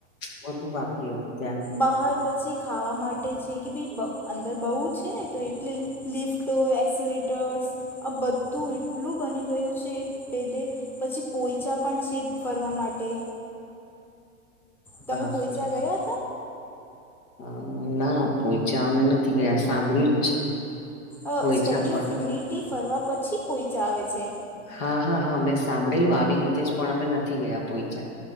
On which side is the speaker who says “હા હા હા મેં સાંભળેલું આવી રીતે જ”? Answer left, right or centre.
Left